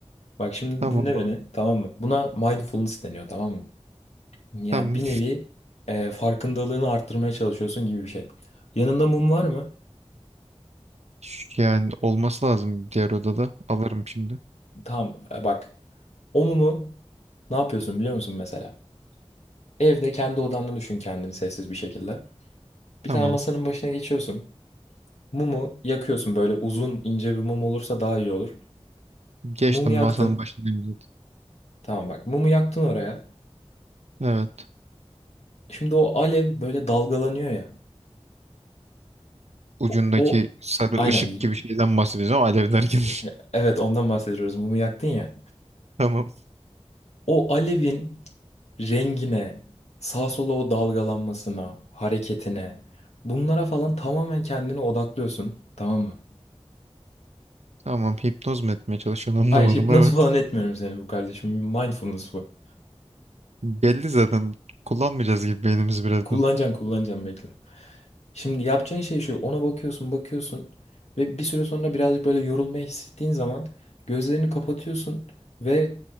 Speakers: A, on the left; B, on the right.
A: Bak şimdi
B: Tamam
A: dinle beni
B: abi.
A: tamam mı? Buna mindfulness deniyor tamam mı? Yani
B: Tamam.
A: bir nevi e, farkındalığını arttırmaya çalışıyorsun gibi bir şey. Yanında mum var mı?
B: Ş- Yani olması lazım diğer odada. Alırım şimdi.
A: Tamam e, bak. O mumu ne yapıyorsun biliyor musun mesela? Evde kendi odanda düşün kendini sessiz bir şekilde. Bir
B: Tamam.
A: tane masanın başına geçiyorsun. Mumu yakıyorsun böyle uzun ince bir mum olursa daha iyi olur.
B: Geçtim
A: Mumu yaktın.
B: masanın başındayım zaten.
A: Tamam bak mumu yaktın oraya.
B: Evet.
A: Şimdi o alev böyle dalgalanıyor ya.
B: Ucundaki
A: O, o-
B: sarı
A: aynen
B: ışık
A: y-
B: gibi şeyden bahsedeceğim alev derken.
A: e, evet ondan bahsediyoruz mumu yaktın ya.
B: <laughs> Tamam.
A: O alevin rengine, sağa sola o dalgalanmasına, hareketine, bunlara falan tamamen kendini odaklıyorsun. Tamam mı?
B: Tamam. Hipnoz mu etmeye çalışıyorsun anlamadım.
A: Hayır, <laughs> hipnoz
B: Evet.
A: falan etmiyorum seni bu kardeşim. Mindfulness bu.
B: Belli zaten. Kullanmayacağız gibi beynimiz birazdan.
A: Kullanacaksın, kullanacaksın bekle. Şimdi yapacağın şey şu. Ona bakıyorsun, bakıyorsun ve bir süre sonra birazcık böyle yorulmayı hissettiğin zaman gözlerini kapatıyorsun ve